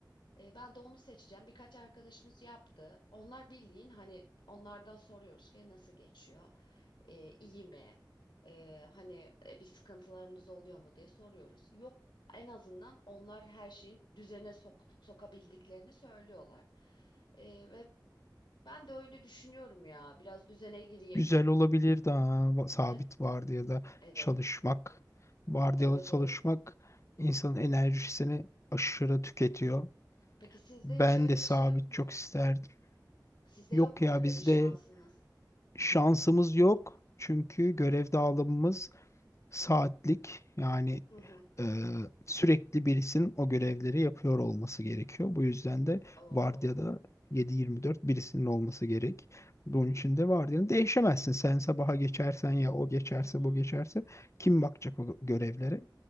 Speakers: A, on the left; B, on the left.
A: E, ben de onu seçeceğim. Birkaç arkadaşımız yaptı. Onlar bildiğin hani onlardan soruyoruz ki nasıl geçiyor? E, iyi mi? E, hani e, bir sıkıntılarınız oluyor mu diye soruyoruz. Yok en azından onlar her şeyin düzene sok sokabildiklerini söylüyorlar. E, ve ben de öyle düşünüyorum ya. Biraz düzene gireyim.
B: Güzel olabilir daha sabit
A: E,
B: vardiyada
A: evet.
B: çalışmak. Vardiyalı
A: Evet
B: çalışmak
A: evet.
B: insanın enerjisini aşırı tüketiyor.
A: Peki sizde
B: Ben
A: hiç öyle
B: de sabit
A: şey yok mu?
B: çok isterdim.
A: Sizde
B: Yok
A: yok mu
B: ya
A: öyle
B: bizde
A: bir şansınız?
B: şansımız yok. Çünkü görev dağılımımız saatlik yani
A: Hı hı.
B: e, sürekli birisinin o görevleri yapıyor olması gerekiyor. Bu yüzden de
A: Oo.
B: vardiyada 7-24 birisinin olması gerek. Bunun için de vardiyanı değişemezsin. Sen sabaha geçersen ya o geçerse
A: Hı hı.
B: bu geçerse kim bakacak o görevlere?